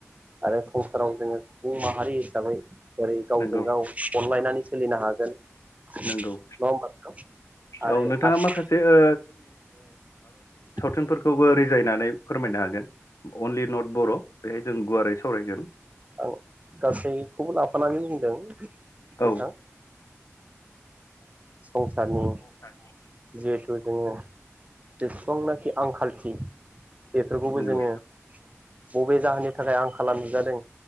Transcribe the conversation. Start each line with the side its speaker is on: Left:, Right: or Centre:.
Right: आरो संसाराव जोङो सुबुं माहारि हिसाबै जेरै गावजों
Left: नंगौ
Right: गाव अनलायनानै सोलिनो हागोन नङा
Left: नंगौ
Right: होमबा नोंथां?
Left: औ
Right: आरो
Left: नोंथाङा
Right: आथि
Left: माखासे ओ
Right: <unintelligible>
Left: फोरखौबो रिजायनानै फोरमायनो हागोन अनलि नट बर' बेहाय जों गुवारै सावरायगोन
Right: आं गासैखौबो लाफानानै बुंदों नोंथां।
Left: औ
Right: ओ संसारनि
Left: औ सार औ
Right: जिहेथु जोङो बेेसेबांनाखि आंखालथि बेफोरखौबो
Left: नंगौ
Right: जोङो बबे जाहोननि थाखाय आंखाला नुजादों